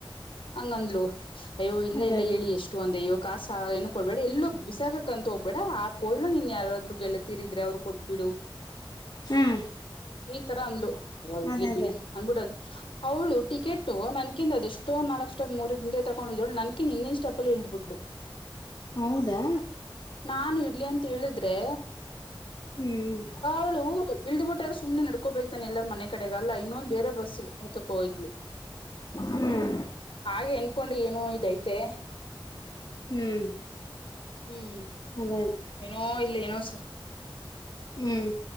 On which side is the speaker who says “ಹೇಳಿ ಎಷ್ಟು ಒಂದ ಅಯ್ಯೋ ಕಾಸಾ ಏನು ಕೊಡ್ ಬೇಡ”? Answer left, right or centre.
Left